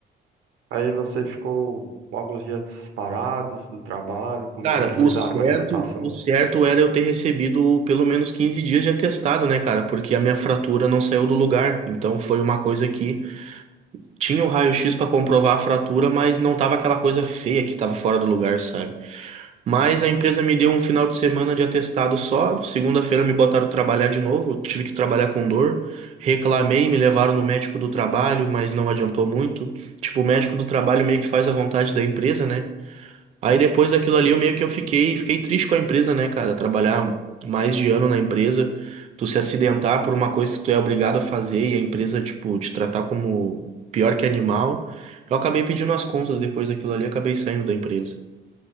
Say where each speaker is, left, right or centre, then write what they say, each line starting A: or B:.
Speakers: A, on the right; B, on the right.
A: Aí você ficou alguns dias parados do trabalho. Como
B: Cara,
A: é que eles
B: o
A: lidaram
B: certo,
A: com essa situação?
B: o certo era eu ter recebido pelo menos 15 dias de atestado, né, cara? Porque a minha fratura não saiu do lugar. Então foi uma coisa que Tinha o raio-x para comprovar a fratura, mas não tava aquela coisa feia que tava fora do lugar, sabe? Mas a empresa me deu um final de semana de atestado só. Segunda-feira me botaram trabalhar de novo, tive que trabalhar com dor. Reclamei, me levaram no médico do trabalho, mas não adiantou muito. Tipo, o médico do trabalho meio que faz a vontade da empresa, né? Aí depois daquilo ali, eu meio que eu fiquei, fiquei triste com a empresa, né, cara? Trabalhar mais de ano na empresa, tu se acidentar por uma coisa que tu é obrigado a fazer e a empresa, tipo, te tratar como pior que animal. Eu acabei pedindo as contas depois daquilo ali, acabei saindo da empresa.